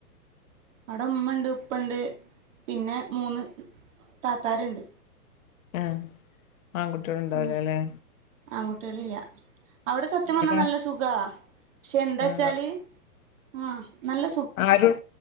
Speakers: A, on the right; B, on the left.
A: അവിടെ ഉമ്മ ഇണ്ട് ഉപ്പ ഇണ്ട് പിന്നെ മൂന്ന് താത്താരുണ്ട്
B: ആഹ് ആൺകുട്ടികള് ഉണ്ടാവിലല്ലേ
A: ഉം ആൺകുട്ടികളില്ല അവിടെ സത്യം പറഞ്ഞാ
B: ഏട്ടാ
A: നല്ല സുഖാ പശെ എന്താ
B: ആഹ്
A: വച്ചാല് ഉം നല്ല
B: ആരും